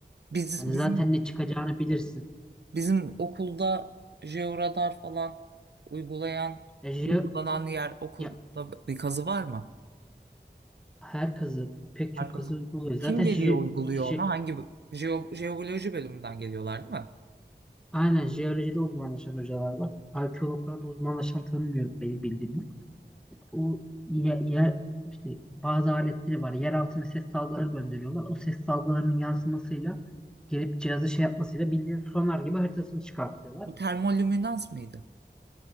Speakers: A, on the right; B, in the centre.
A: Biz,
B: Hani
A: bizim
B: zaten ne çıkacağını bilirsin.
A: Bizim okulda jeoradar falan uygulayan,
B: E, jeo-
A: uygulanan yer okulda
B: ya,
A: bir kazı var mı?
B: her kazı, pek çok
A: Her kazı.
B: kazı uyguluyor. Zaten
A: Kim geliyor
B: je,
A: uyguluyor
B: je-
A: ona? Hangi jeo, jeoloji bölümünden geliyorlar değil mi?
B: aynen jeolojide uzmanlaşan hocalar var. Arkeologlarda uzmanlaşan tanımıyorum benim bildiğim. o ye- yer, işte bazı aletleri var. Yer altına ses dalgaları gönderiyorlar. O ses dalgalarının yansımasıyla gelip cihazı şey yapmasıyla bildiğin sonar gibi haritasını çıkartıyorlar.
A: Bu termolüminans mıydı?